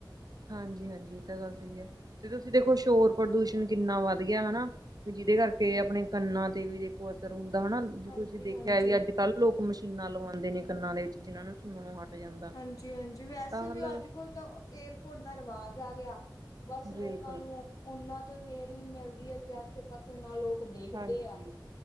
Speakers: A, on the right; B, on the left.
A: ਹਾਂਜੀ- ਹਾਂਜੀ ਇਹ ਤਾਂ ਗੱਲ ਸਹੀ ਹੈਤੇ ਤੁਸੀਂ ਦੇਖੋ ਸ਼ੋਰ ਪ੍ਰਦੂਸ਼ਣ ਕਿੰਨਾ ਵੱਧ ਗਿਆ ਹੈ ਵੀ ਜਿਹਦੇ ਕਰਕੇ ਆਪਣੇ ਕੰਨਾਂ ਤੇ ਵੀ ਦੇਖੋ ਅਸਰ ਹੁੰਦਾ ਹਨਾ।
B: ਹਾਂਜੀ
A: ਤੁਸੀਂ ਦੇਖਿਆ
B: ਹਾਂਜੀ
A: ਵੀ ਅੱਜ -ਕੱਲ੍ਹ ਲੋਕ ਮਸ਼ੀਨਾਂ ਲਵਾਉਂਦੇ ਨੇ ਕੰਨਾਂ ਦੇ ਵਿੱਚ ਜਿਹਨਾਂ ਨੂੰ ਸੁਣਨੋ ਹਟ ਜਾਂਦਾ।
B: ਹਾਂਜੀ- ਹਾਂਜੀ ਵੈਸੇ
A: ਤਾਂ ਮਤਲਬ
B: ਵੀ ਅੱਜ- ਕਲ ਤਾਂ ਏਅਰਪੋਰਟ ਦਾ ਰਿਵਾਜ਼ ਆ ਗਿਆ। ਬਸ ਲੋਕਾਂ
A: ਬਿਲਕੁਲ
B: ਨੂੰ ਉਹਨਾਂ ਤੋਂ ਵੇਲ ਨੀ ਮਿਲਦੀ, ਆਸੇ -ਪਾਸੇ ਨਾ ਲੋਕ ਦੇਖਦੇ
A: ਹਾਂਜੀ
B: ਆ।